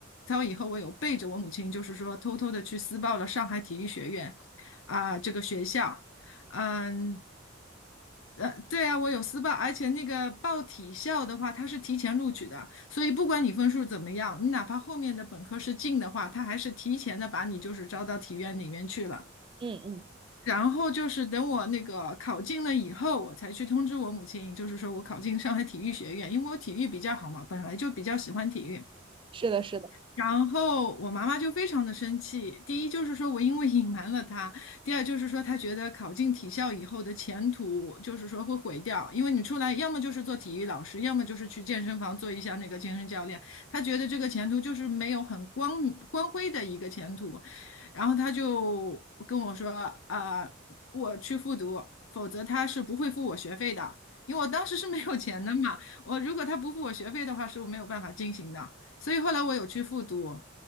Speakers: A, on the left (about 85°); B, on the right (about 25°).
A: 操以后，我有背着我母亲，就是说偷偷的去私报了上海体育学院，啊、这个学校。嗯，呃，对啊，我有私报，而且那个报体校的话，它是提前录取的，所以不管你分数怎么样，你哪怕后面的本科是进的话，他还是提前的把你就是招到体院里面去了。
B: 嗯嗯，
A: 然后就是等我那个考进了以后，我才去通知我母亲，就是说我考进上海体育学院，因为我体育比较好嘛，本来就比较喜欢体育。
B: 是的，是的。
A: 然后我妈妈就非常的生气，第一就是说我因为隐瞒了她，第二就是说她觉得考进体校以后的前途就是说会毁掉，因为你出来要么就是做体育老师，要么就是去健身房做一下那个健身教练，她觉得这个前途就是没有很光光辉的一个前途，然后她就跟我说啊、我去复读，否则他是不会付我学费的，因为我当时是没有钱的嘛，我如果他不付我学费的话，是我没有办法进行的。所以后来我有去复读，